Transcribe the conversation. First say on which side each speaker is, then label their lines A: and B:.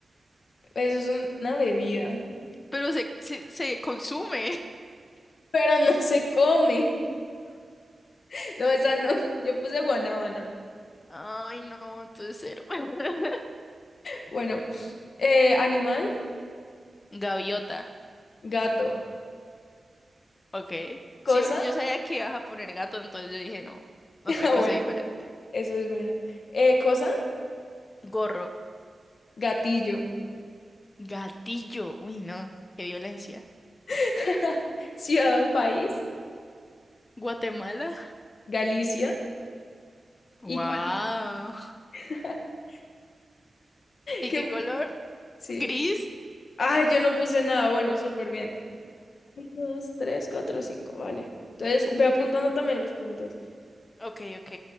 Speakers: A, on the left (about 80°); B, on the left (about 45°).
A: Eso es un- una bebida. <laughs>
B: pero se, se, se consume.
A: Pero no se come. <laughs> No, esa no. Yo puse guanábana.
B: <laughs> Ay, no, entonces cero. <laughs>
A: Bueno. eh, animal,
B: Gaviota,
A: gato.
B: ok.
A: Cosa.
B: Sí, yo sabía que ibas a poner gato, entonces yo dije, no, otra
A: Ah,
B: cosa
A: bueno,
B: diferente.
A: eso es bueno. Eh, cosa,
B: Gorro,
A: gatillo.
B: gatillo, uy, no, qué violencia.
A: <laughs> Ciudad o país,
B: Guatemala,
A: Galicia.
B: wow.
A: Y con... <laughs>
B: ¿Y
A: ¿Qué
B: qué
A: puse?
B: color?
A: Sí.
B: Gris,
A: Ah, yo no puse nada. Bueno, súper bien. Un, Dos, tres, cuatro, cinco. Vale. Entonces, ve apuntando también los puntos.
B: ok, ok.